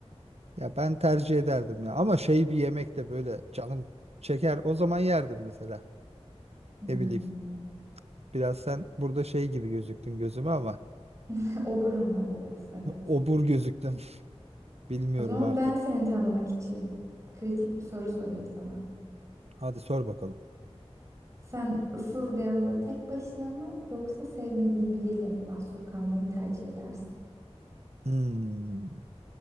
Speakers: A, on the right; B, on the right.
A: Ya ben tercih ederdim ya ama şey bir yemek de böyle canım çeker o zaman yerdim mesela.
B: Hmm.
A: Ne bileyim. Biraz sen burada şey gibi gözüktün gözüme ama
B: <laughs> Oburum ben biraz evet.
A: <laughs> obur gözüktün. <laughs> Bilmiyorum
B: O zaman
A: artık.
B: ben seni tanımak için kritik bir soru sorayım sana.
A: Hadi sor bakalım.
B: Sen ıssız bir adada tek başına mı yoksa sevmediğin biriyle mi mahsur kalmayı tercih edersin?
A: Hmm,